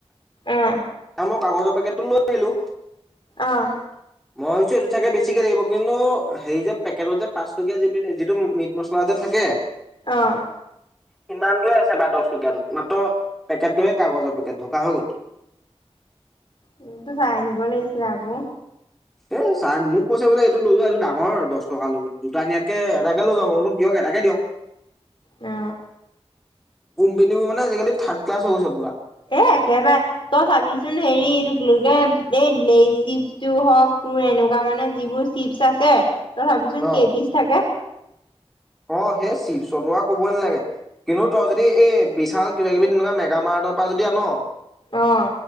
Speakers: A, on the left; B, in the centre.
A: অহ।
B: আৰু মই কাগজৰ পেকেতটো লৈ আহিলো।
A: আহ।
B: <inaudible> মই ভাবিছোঁ এইটো চাগে বেছিকৈ থাকিব কিন্তু হেৰি যে পেকেটত যে পাঁচ টকীয়া যিনি যিটো মিট মছলা যে থাকে।
A: অহ।
B: সিমানটোৱে বা দচহ টকীয়াটোত মাত্ৰ পেকেটটোহে কাগজৰ পেকেট ঢুকা হৈ গ'ল।
A: উম চাই আনিব লাগিছিল আকৌ।
B: হয়। এ চাই মোক কৈছে বোলে এড্ৰীলইটো লৈ যোৱা এইটো ডাঙৰ দচ টকা লত দুটা এনিয়াতকে এটাকে লৈ যাওঁ সৰুটো দিয়ক এটাকে দিয়ক। <inaudible>
A: এ
B: কোম্পেনীও মানে আজিকালি থাৰ্ডক্লাচ হৈ গৈছে পুৰা
A: এ একেবাই তই চাবিচোন হেৰি এইটো কি বুলি কয় এই লেইজ চিপচটো হওঁক তোৰ এনেকুৱা মানে যিবো চিপছ আছে তই চাবিচোন
B: অ'।
A: কেই পিচ থাকে
B: অ সে চিপছৰটো আও কবই নালাগে কিন্তু তই যদি এই বিশাল কিবা কিবি তেনেকুৱা মেগামাৰ্টৰ পৰা যদি আন
A: অহ